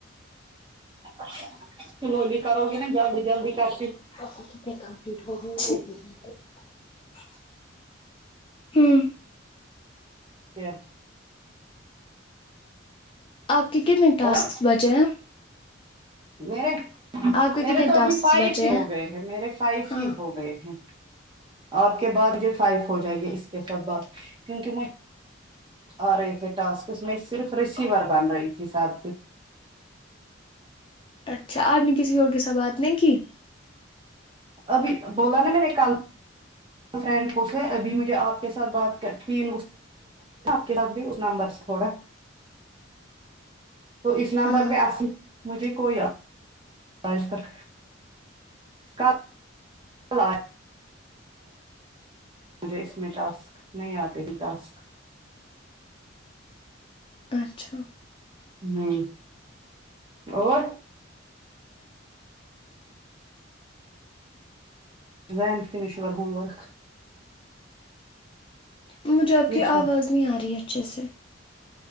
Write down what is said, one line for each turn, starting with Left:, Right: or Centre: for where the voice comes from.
Right: <unintelligible> سنولی کرو گے نا جلدی جلدی کر
Left: <unintelligible> ہوں
Right: <unintelligible>
Left: آپ کے کتنے ٹاسکس
Right: اور
Left: بچے ہیں
Right: میرے
Left: آپ کے
Right: میرے
Left: کتنے
Right: تو ابھی
Left: ٹاسکس
Right: فائیف
Left: بچے
Right: ہی ہو گئے ہیں میرے فائیف
Left: ہاں
Right: ہی ہو گئے ہیں آپ کے بعد مجھے فائف ہو جائے گی اس کے ساتھ بات کیونکی مجھ آ رہے تھے ٹسکس اس میں صرف ریسیور بن رہی تھی ساب کی
Left: اچھا آپ نے کسی اور کے سا بات نہیں کی
Right: ابھی بولا نا میں نے کل فرینڈ کو ابھی مجھے آپ کے سات بات کرتی کے نمبرس تھوڑا تو اس نمبر
Left: ہاں
Right: پے اصل مجھے کوئی آج تک کل آیا مجھے اس میں ٹاسک نہیں آتے تھی ٹاسکس
Left: اچھا
Right: ہمم اور Zain finish your homework
Left: مجھے آپ
Right: وچ
Left: کی
Right: ون
Left: آواز نہیں آ رہی ہے اچھے سے